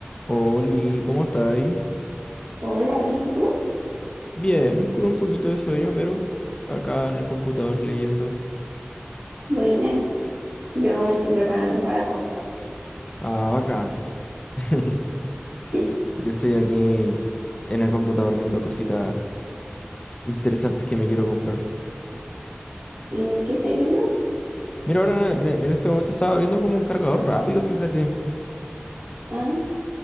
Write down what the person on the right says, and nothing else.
Hola, bien, ¿y tú?
Buena, yo me estoy preparando para acostarme.
<laughs>
¿En qué estoy viendo?
Ah,